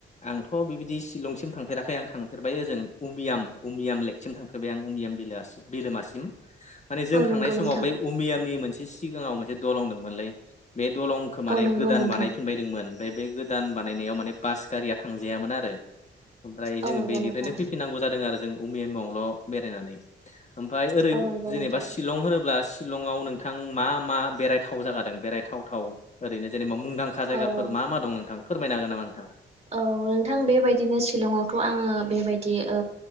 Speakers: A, on the left; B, on the right.
A: आंथ' बिबायदि शिलंसिम थांफेराखै आं थांफेरबाय ओजों उमियाम उमियाम लेकसिम थांफेरबाय आं उमियाम बिलोआसि बिलोमासिम माने जों
B: औ
A: थांनाय
B: नंगौ
A: समाव
B: नोंथां
A: बै अमियामनि मोनसे सिगाङाव मोनसे दलं दंमोनलै बे दलंखौ माने
B: औ नंगौ
A: गोदान
B: नोंथां
A: बानायफिनबायदोंमोन ओमफ्राय बे गोदान बानायनायाव माने बास गारिया थांजायामोन आरो ओमफ्राय
B: औ
A: जोंङो
B: नंगौ
A: बेनिफ्रायनो
B: नोंथां
A: फैफिननांगौ जादों आरो जों भुमियामावल' बेरायनानै ओमफफ्राय ओरै
B: औ नंगौ
A: जेनेबा
B: नोंथां
A: शिलं होनोब्ला शिलंआव नोंथां मा मा बेरायथाव जागादों बेरायथाव थाव ओरैनो जेनेबा मुंदांखा जायगफोर
B: औ
A: मा मा दं नोंथां फोरमायनो हागोन नामा नोंथाङा
B: औ नोंथां बेबायदिनो शिलंआवथ' आङो बेबायदि ओ